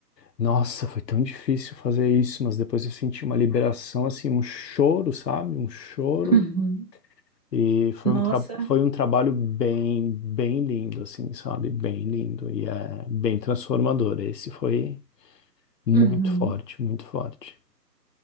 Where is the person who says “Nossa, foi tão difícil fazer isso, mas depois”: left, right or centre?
Left